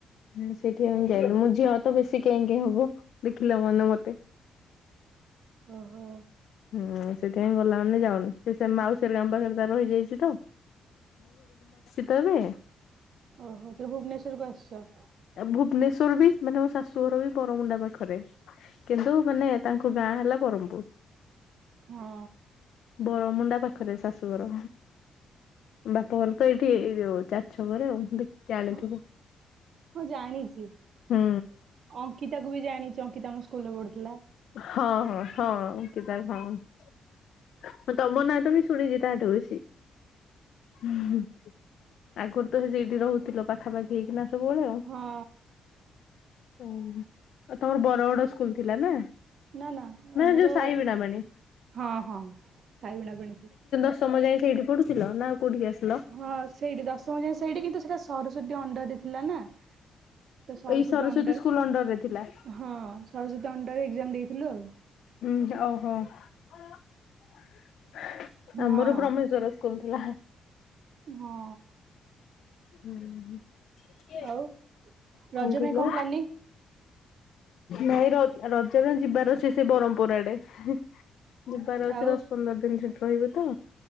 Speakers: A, on the left (about 65°); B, on the right (about 55°).
A: ହଁ ସେଠି ଆମେ ଯାଇନୁ। ମୋ ଝିଅ ତ ବେଶୀ କେଁ କେଁ ହବ। ଦେଖିଲା ମନେ ମତେ।
B: ଓହୋ
A: ହୁଁ ସେଥିପାଇଁ ଗଲା ମାନେ ଯାଉନି ସେ ସେ ମାଉସୀ ହେରିକାଙ୍କ ପାଖରେ ତାର ରହିଯାଇଛି ତମେ?
B: ଓହୋ ତେ ଭୁବନେଶ୍ଵରକୁ ଆସିଛ।
A: ଭୁବନେଶ୍ଵର ବି ମାନେ ମୋ ଶାଶୁଘର ବି ବରମୁଣ୍ଡା ପାଖରେ। କିନ୍ତୁ ମାନେ ତାଙ୍କ ଗାଁ ହେଲା ବ୍ରହ୍ମପୁର।
B: ହଁ।
A: ବରମୁଣ୍ଡା ପାଖରେ ଶାଶୁଘର। ବାପଘର ତ ଏଇଠି ଏଇ ଯଉ ଚା ଛ ଘରେ ଆଉ ଦେଖ ଜାଣିଥିବୁ।
B: ହଁ ହଁ ଜାଣିଛି।
A: ହଁ
B: ଅଙ୍କିତାକୁ ବି ଜାଣିଚି ଅଙ୍କିତା ଆମ ସ୍କୁଲ୍ ରେ ପଢୁଥିଲା।
A: ହଁ ହଁ ହଁ ଅଙ୍କିତା ହଁ ତମ ନାଁ ତ ବି ଶୁଣିଛି ତାଠୁ ବେଶି। ହୁଁ ହୁଁ ହୁଁ। ଆଗରୁ ତ ସେଇଠି ରହୁଥିଲ ପାଖାପାଖି ହେଇକି ନା ସବୁବେଳେ ଆଉ।
B: ହଁ
A: ଉଁ ହୁଁ। ତମର ବର ବଡ ସ୍କୁଲ୍ ଥିଲା ନା।
B: ନା ନା ମୋର
A: ଯୋଉ ସାଇ ବିଣାପାଣି?
B: ହଁ ହଁ ସାଇ ବିଣା ବିଣା ଥିଲା।
A: ସମୟ ଯାଏ ସେଇଠି ପଡୁଥିଲ। ନା କୋଉଠିକି ଆସିଲ?
B: ହଁ ସେଇଠି ଦଶମ ଯାଏ ସେଇଠି କିନ୍ତୁ ସେଇଟା ସରସ୍ୱତୀ ଅଣ୍ଡା ଥିଲାନା ତ ସରସ୍ବତୀ
A: ଏଇ ସରସ୍ଵତୀ
B: ଅଂଡର
A: ସ୍କୁଲ ଅଣ୍ଡରରେ
B: <inaudible>
A: ଥିଲା।
B: ହ ସରସ୍ବତୀ ଅନଡର ରେ ଏଗଜାମ ଦେଇ ଥିଲୁ ଆଉ
A: ହୁଁ ଓହୋ <unintelligible>
B: ହଁ
A: ଆମର ବ୍ରହ୍ମେଶ୍ଵର କହୁଥିଲା
B: ହଁ।
A: ଉଁ ହୁଁ
B: ଆଉ
A: <inaudible>
B: ରଜ
A: କଣ କିଲୋ
B: ପାଇଁ ପ୍ଲାନିଂ
A: ନାଇଁ ର ରଜାରେ ଯିବାର ଅଛି ସେ ବରହମ୍ପୁର ଆଡେ ଯିବାର ଅଛି
B: ଆଉ
A: ଦଶ ପନ୍ଦର ଦିନ ଛୁଟି ରହିବୁ ତ